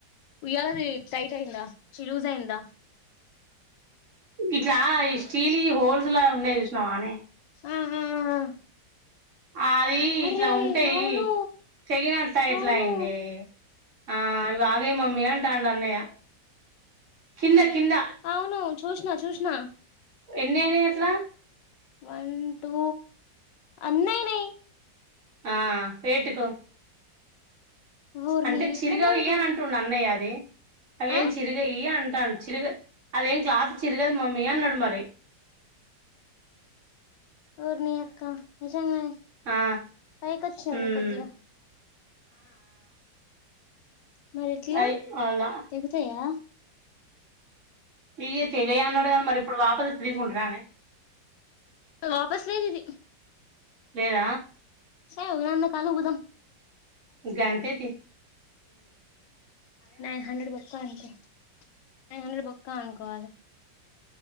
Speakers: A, on the left (about 80°); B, on the right (about 50°).
A: ఉయ్యాలది టైట్ అయిందా చి లూజ్ అయి్యందా
B: ఇట్లా ఈ స్టీల్ హోల్స్ లా ఉన్నాయి చుస్నవా నే
A: ఆ ఆ
B: అది
A: అరే
B: ఇట్లా ఉంటాయి
A: అవును
B: చెగినట్ ఎట్లా
A: అవును
B: అయింది ఆ ఇ అగవి మమ్మీ అంటాం అన్నయ్య కింద కింద
A: అవును చూసిన చూస నా
B: ఎన్ అయినాయి అట్లా
A: వన్ టూ అయినాయి
B: ఆ ఏటుకో
A: ఊర్ని
B: అంటే
A: ఎట్లా
B: చిరిగావి
A: మరి ఇప్పుడు
B: ఇ్యని అంటుండు అన్నయ్య ఏ అవే
A: ఆ
B: ఏం చిరుగయ అంటాన చ్చ అదేం క్లాస్చ్చరుగది మమ్మ నడు మార
A: ఊర్నీ అక్క నిజంగా
B: ఆ
A: పైకి వచ్చింది
B: ఉమ్
A: కొద్దిగా ఆ మరి ఎట్లా
B: అది అవునా
A: దగుతాయా
B: నీక తెగయ అన్నాడు కానీ మరి ఇప్పుడు వాపసు తీసుకుంటున్నాను
A: వాపస్ లేదు ఇది
B: లేద
A: సై నాన్న కాలుగుదా
B: గంతతి
A: నైన్ హండ్రెడ్ బప్పా అంత అయన హండ్రడ్ పొక్కా అనుకోవాలి